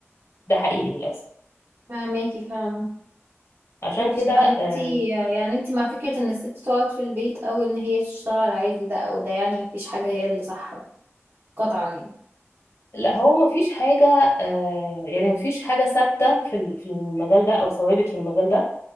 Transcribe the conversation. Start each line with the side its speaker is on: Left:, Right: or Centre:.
Left: ده حقيقي للاسف
Right: فاهماكي فعلا
Left: عشان
Right: ماشي
Left: كده
Right: يعني
Left: آه،
Right: انتي يعني انتي مع فكرة ان الست تقعد في البيت او ان هي تشتغل عادي ده او ده يعني مفيش حاجة هي اللي صح قطعا يعني
Left: لا هو ما فيش حاجه آه، يعني ما فيش حاجه ثابته في ال- في المجال ده او ثوابت في المجال ده